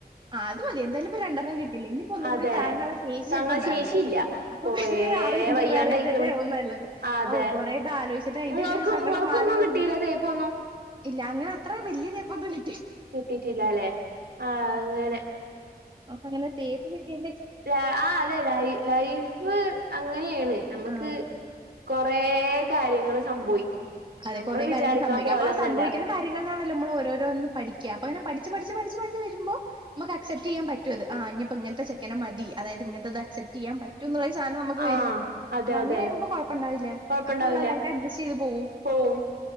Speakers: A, on the right; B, on the right.
A: ആ അത് മതി എന്തായാലും ഇപ്പോരണ്ടെണ്ണം കെട്ടിയില്ലേ ഇനിയിപ്പോ ഒന്നും
B: അതെ
A: കൂടി താങ്ങാനുള്ള ശേഷി
B: താങ്ങാൻ
A: ചെലപ്പോ ഉണ്ടാവില്ല
B: ശേഷിയില്ല
A: അപ്പൊ
B: കൊറേ
A: പിന്നെ അറേഞ്ച്ട്
B: വയ്യാണ്ടയിക്കണ്
A: മേര്യേജ് തന്നാവും നല്ലത് അതാവു
B: അതെ
A: കൊറേ നാൾ അതിന്റെ
B: നിങ്ങൾക്ക്
A: ഒരു സങ്കടം
B: നിങ്ങൾക്കൊന്നും
A: മാറി വരുന്നേ
B: കിട്ടീല്ലേ തേപ്പൊന്നും
A: ഇല്ല അങ്ങനെ അത്രേം വല്യ ടൈപ് ഒന്നുല്ല
B: കിട്ടിട്ടില്ലാല്ലെ ആ അങ്ങനെ
A: അപ്പോ ഇങ്ങനെ തേപ്പ് കിട്ടിയേന്റെ
B: ല ആ അതെ ലൈ ലൈഫ് അങ്ങനെയാണ് നമുക്ക്
A: ആ
B: കൊറേ കാര്യങ്ങൾ സംഭവിക്കും
A: അതെ
B: നമ്മള്
A: കുറെ
B: വിചാരിക്കണ
A: കാര്യങ്ങൾ സംഭവിക്കും
B: പോലൊന്നല്ല
A: അപ്പോ ആ സംഭവിക്കുന്ന കാര്യങ്ങൾന്നാണല്ലോ നമ്മൾ ഓരോ രോന്നും പഠി അപ്പൊ ഇങ്ങനെ പഠിച്ച് പഠിച്ച് വരുമ്പോ നമ്മക്ക് അസെ്പ്റ്റ് ചെയ്യാൻ പറ്റ ആ ഇഞ്ഞിപ്പോ ഇങ്ങനത്തെ ചെക്കനെ മതി അതായത് ഇങ്ങനത്തേത് അസെ്പ്റ്റ് ചെയ്യാൻ പറ്റ് റ്റൂന്നൊരുസാനം നമുക്ക്
B: ആഹ്
A: വരും
B: അതെ
A: അങ്ങനെ
B: അതെ
A: ആകുമ്പോ കുഴപ്പോണ്ടാവില്ല
B: കൊഴപ്പുണ്ടാവില്ല
A: അപ്പോ നമ്മള് അത് അഡ്ജസ്റ്റ് ചെയ്ത് പോവും
B: പോവും